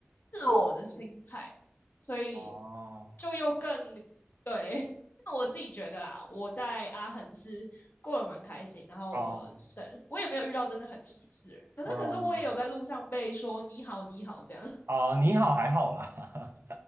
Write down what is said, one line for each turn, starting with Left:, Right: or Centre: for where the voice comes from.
Left: 自我的心态，所以
Right: 哦
Left: 就又更对。<laughs> 那我自己觉得啦，我在阿肯是过得蛮开心，然后我省我也没有遇到真的很歧视的人，
Right: 哦，
Left: 可是可是我也有在路上被说你好你好这样。
Right: 哦哦，你好还好啦，